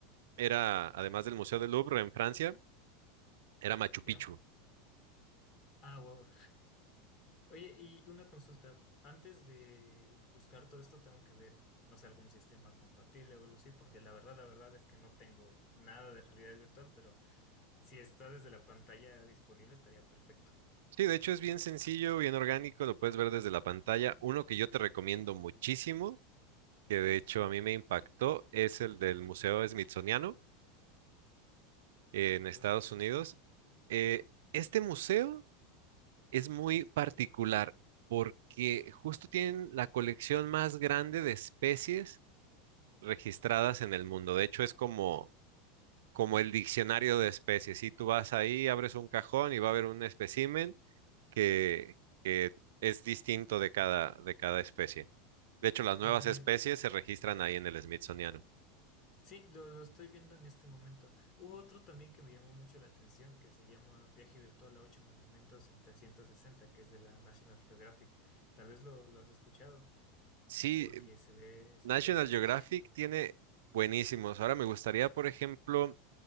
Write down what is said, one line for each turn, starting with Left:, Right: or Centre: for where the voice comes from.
Right: era, además del Museo del Louvre en Francia, era Machu Picchu.
Left: Ya. Ah, wow. Oye, y una consulta. Antes de buscar todo esto, tengo que ver, no sé, algún sistema compatible o algo así, porque la verdad, la verdad es que no tengo nada de realidad virtual, pero si está desde la pantalla disponible, estaría perfecto.
Right: Sí, de hecho es bien sencillo, bien orgánico, lo puedes ver desde la pantalla. Uno que yo te recomiendo muchísimo, que de hecho a mí me impactó, es el del Museo Smithsoniano en
Left: Museo
Right: Estados
Left: Smithsonian.
Right: Unidos. Eh, este museo es muy particular porque justo tienen la colección más grande de especies registradas en el mundo. De hecho, es como, como el diccionario
Left: Ah, sí.
Right: de especies. Si tú vas ahí, abres un cajón y va a haber un espécimen que, que es distinto de cada, de cada especie. De hecho, las nuevas
Left: Oh, genial.
Right: especies se registran ahí en el Smithsoniano.
Left: Sí, lo, lo estoy viendo en este momento. Hubo otro también que me llamó mucho la atención, que se llama Viaje Virtual a ocho monumentos en 360, que es de la National Geographic. Tal vez lo, lo has escuchado
Right: Sí,
Left: porque se ve, se
Right: National
Left: ve interesante.
Right: Geographic tiene buenísimos. Ahora me gustaría, por ejemplo,